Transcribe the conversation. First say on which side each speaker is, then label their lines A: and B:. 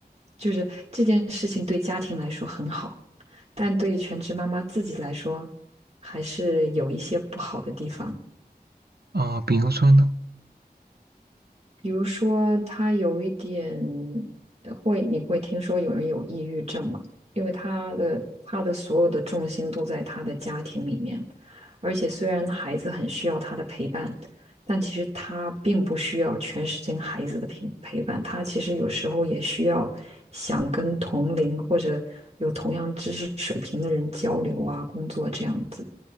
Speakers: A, on the right; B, on the right.
A: 就是这件事情对家庭来说很好，但对于全职妈妈自己来说，还是有一些不好的地方。
B: 哦、比如说呢，
A: 比如说，他有一点呃会，你会听说有人有抑郁症嘛？因为他的他的所有的重心都在他的家庭里面，而且虽然孩子很需要他的陪伴，但其实他并不需要全时间孩子的陪陪伴，他其实有时候也需要想跟同龄或者有同样知识水平的人交流啊，工作这样子。